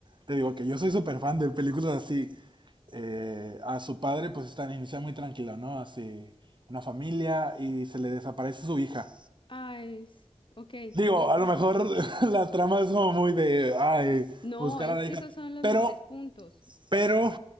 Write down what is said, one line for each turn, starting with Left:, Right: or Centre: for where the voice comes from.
Right: te digo que yo soy súper fan de películas así, eh, a su padre, pues están inicia muy tranquilo, ¿no? Así, una familia y se le desaparece su hija.
Left: Ah, es. Ok,
Right: Digo,
Left: ok.
Right: a lo mejor <laughs> la trama es como muy de, ay,
Left: No,
Right: buscar
Left: es
Right: a la
Left: que
Right: hija.
Left: esos son los
Right: Pero,
Left: mejores puntos.
Right: pero